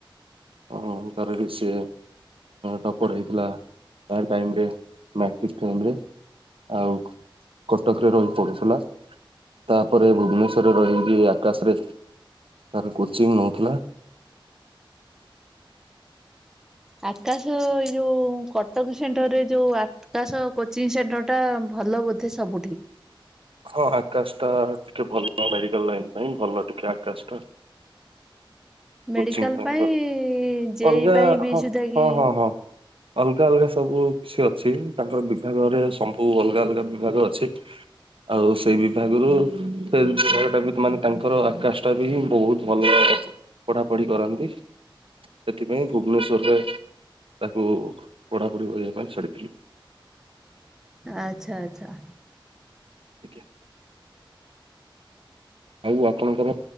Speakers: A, on the right; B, in the centre.
A: ଓ ତାହ ସେ ଟପର ହେଇଥିଲା ତା ଟାଇମରେ, ମାଟ୍ରିକ ଟାଇମରେ। ଆଉ କଟକରେ ରହି ପଢ଼ୁଥିଲା। ତାପରେ ଭୁବନେଶ୍ୱର ରେ ରହିି ଆକାଶରେ ତାର କୋଚିଂ ନଉଥିଲା।
B: <inaudible> ଆକାଶ ଏଇ ଯୋଉ କଟକ ସେଣ୍ଟର ରେ ଯୋଉ ଆକାଶ କୋଚିଂ ସେଣ୍ଟର ଟା ଭଲ ବୋଧେ ସବୁଠି?
A: ହଁ ଆକାଶ ଟା ଟିକେ ଭଲ ମେଡିକାଲ ଲାଇନ ପାଇଁ ଭଲ ଟିକେ ଆକାଶ ଟା।
B: <inaudible> ମେଡିକାଲ
A: କୋଚିଂ ବେଙ୍ଗଲ
B: ପାଇଁ ଜେଇ
A: ଅଲଗା
B: ପାଇଁ ବି
A: ହଁ
B: ସୁଧା କି
A: ହଁ ହଁ ହଁ। ଅଲଗା ଅଲଗା ସବୁ କିଛି ଅଛି ।ତାଙ୍କର ବିଭାଗରେ ସବୁ ଅଲଗା ଅଲଗା ବିଭାଗ ଅଛି। ଆଉ ସେଇ ବିଭାଗରୁ ସେ ବିଭାଗଟା ବି ମାନେ ତାଙ୍କର ଆକାଶ ଟା ବି ବହୁତ ଭଲ। ପଢାପଢି କରନ୍ତି। ସେଥିପାଇଁ ଭୁବନେଶ୍ୱରରେ ତାକୁ ପଢ଼ାପଢ଼ି କରିବା ପାଇଁ ଛାଡ଼ିଥିଲୁ।
B: ଆଚ୍ଛା ଆଚ୍ଛା।
A: ଆଜ୍ଞା। ଆଉ ଆପଣଙ୍କର